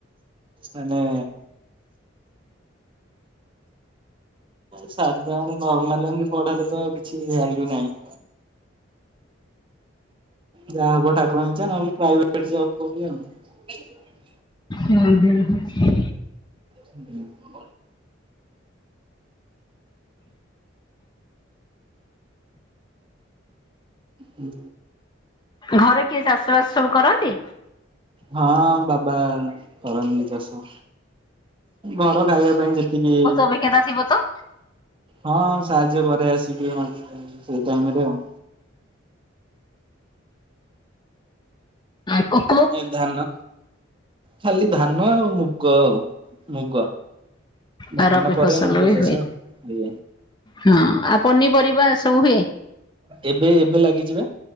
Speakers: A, on the right; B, on the left.
A: ମାନେ ସାଧାରଣ ନର୍ମାଲ ଏମତି ପଢାରେ ତ କିଛି ଭାଲ୍ୟୁ ନାହିଁ। ଯାହା ହବ ଠାକୁରଙ୍କ ଇଛା ନହେଲେ ପ୍ରାଇଭେଟ ଜବ୍ କୋଉଠି ଆଉ। ଆଜ୍ଞା।
B: <unintelligible>
A: ହୁଁ। ହୁଁ।
B: ଘରେ କିଏ ଚାଷ ବାସ ସବୁ କରନ୍ତି?
A: ହଁ ବାବା କରନ୍ତି ଚାଷ। ଘର ଖାଇବା ପାଇଁ ଯେତିକି
B: ବହି, ଖାତା ଥିବତ?
A: ହଁ ସାହାଯ୍ୟ ପରେ ଆସିବି <unintelligible> ସେଇ ଟାଇମରେ ଆଉ।
B: ଆଉ କ
A: ହଁ ଧାନ, ଖାଲି ଧାନ ଆଉ ମୁଗ ଆଉ। ମୁଗ ଧାନ
B: ଆଉ ରବି
A: ପରେ
B: ଫସଲ
A: ମୁଗ
B: ବି
A: ଚାସ
B: ହୁଏ
A: ଏଇଆ।
B: ହଁ ଆଉ ପନିପରିବା ସବୁ ହୁଏ?
A: ଏବେ ଏବେ ଲାଗିଯିବେ,